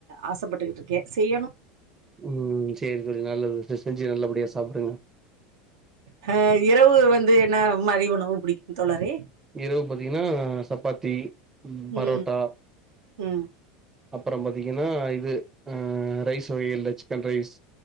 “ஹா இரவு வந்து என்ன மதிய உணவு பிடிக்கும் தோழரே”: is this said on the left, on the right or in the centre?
Right